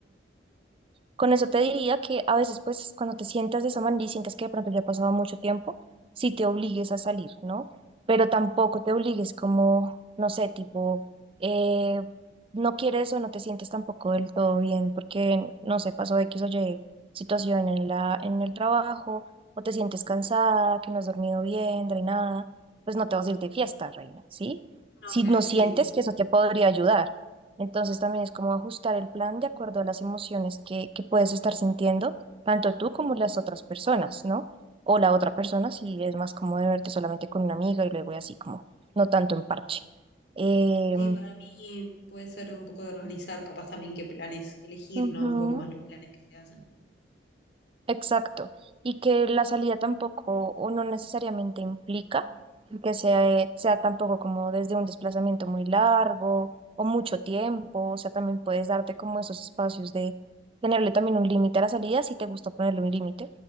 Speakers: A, on the right; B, on the left.
A: con eso te diría que a veces, pues, cuando te sientas de esa manera y sientes que de pronto ya ha pasado mucho tiempo, sí te obligues a salir, ¿no? Pero tampoco te obligues como, no sé, tipo, eh, no quieres o no te sientes tampoco del todo bien porque, no sé, pasó X o Y situación en la, en el trabajo, o te sientes cansada, que no has dormido bien, drenada, pues no te vas a ir de fiesta, reina, ¿sí?
B: No,
A: Si
B: claro,
A: no sientes
B: sí. Sí,
A: que eso te podría ayudar entonces también es como ajustar el plan de acuerdo a las emociones que, que puedes estar sintiendo, tanto tú como las otras personas, ¿no? O la otra persona, si es más cómodo de verte solamente con una amiga y luego y así como, no tanto en parche. Eh,
B: sí, para mí puede ser un poco de organizar, capaz también qué planes elegir,
A: ujú.
B: ¿no? Un poco más los planes que se hacen.
A: Exacto, y que la salida tampoco o no necesariamente implica que sea, sea tampoco como desde un desplazamiento muy largo o mucho tiempo, o sea, también puedes darte como esos espacios de tenerle también un límite a la salida si te gusta ponerle un límite,